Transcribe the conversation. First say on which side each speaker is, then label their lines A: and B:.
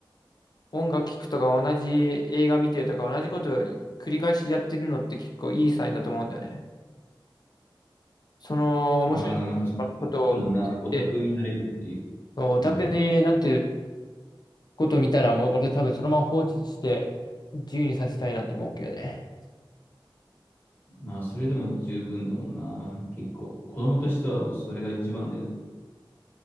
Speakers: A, on the left; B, on the left.
A: 音楽聴くとか同じ映画見てるとか同じことを繰り返しやってるのって結構いいサインだと思うんだよね。その面白い
B: う。ああ、でもなんかそ
A: ことを分析して、
B: のな、オタクになれるっていう。
A: オタクになってる
B: うん。
A: ことを見たらもう俺多分そのまま放置して自由にさせたいなと思うけどね。
B: まあ、それでも十分だもんな。結構。子供としてはもうそれが一番だよね。